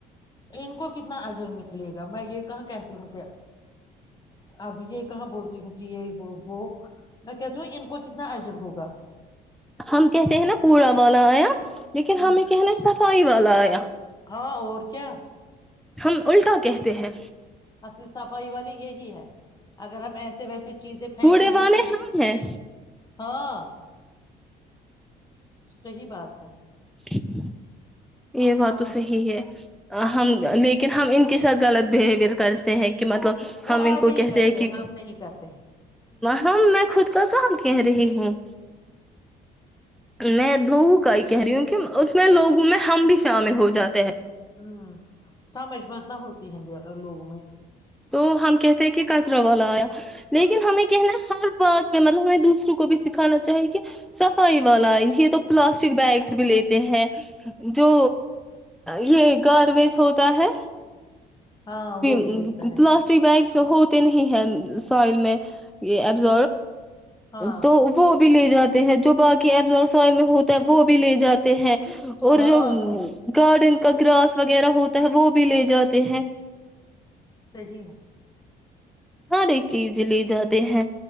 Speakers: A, on the left; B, in the centre.
A: ان کو کتنا اجر ملے گا میں یہ کہاں کہتی ہوں کہ اب یہ کہاں بولتی ہوں کہ یہ وہ میں کہتی ہوں ان کو کنا تنا اجڑ ہوگا
B: ہم کہتے ہیں نا کوڑا والا آیا لیکن
A: ہ
B: ہمیں کہ نا سب سائی والا آیا
A: ہاں اور کیا
B: ہم الٹا کہتے ہیں
A: الی صفائی والی یہی ہے اگر ہم ایسے ویسے چیزیں پھینکیں
B: کوڑے
A: گے
B: والے
A: نا
B: ہم ہیں
A: ہاں صحی بات ہے
B: ٹھیک ہے یہ بات
A: اور
B: تو صحی ہے ہم لیکن ہم ان کے ساتھ غلط بہیویر کرتے ہیں کہ مطلب
A: وہ
B: ہم
A: آدھے
B: ان کو
A: ہی
B: کہتے
A: کرتے
B: ہیں کہ
A: ہم نہیں کرتے ہیں
B: ہاں میں خود کا کام کہ رہی ہوں میں دو <unintelligible> <inaudible>
A: ہوں سمجھ میںت ہوتی ہند لگ میں
B: تو ہم کہتے ہیں کہ کچرا والا آیا لیکن ہمیں کہنا ہر بات میں مطلب ہمیں دوسروں کو بھی سکھانا چاہیے کہ صفائی والا یہ تو پلاسٹک بیگس بھی لیتے ہیں جو یہ گاربیج ہوتا ہے
A: ہاں وہ بھی
B: پلاسٹک
A: لیتا ہے
B: بیگس ہوتے نہیں ہے سوائل میں یہ ابز
A: ہاں
B: تو وہب لے جاتے ہیں جو بای ایبز اور سائل ہوتے وہ بھی لے جاتے ہیں اور
A: ہاں
B: جو
A: صحیح
B: گارڈن کا گراس وغیرہ ہوتا ہے وہ بھی لے جاتے ہیں
A: صی ہے
B: ہر ایک چیز لے جاتے ہیں